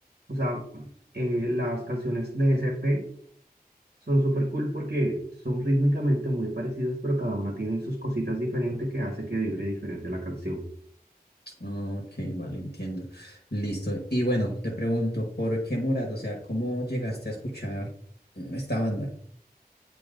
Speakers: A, on the right; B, on the left.
A: O sea, eh, las canciones de SP son súper cool porque son rítmicamente muy parecidas, pero cada una tiene sus cositas diferentes que hace que vibre diferente la canción.
B: Ah, Ok, vale, entiendo. Listo. Y bueno, te pregunto, ¿por qué Morat? O sea, ¿cómo llegaste a escuchar mm, esta banda?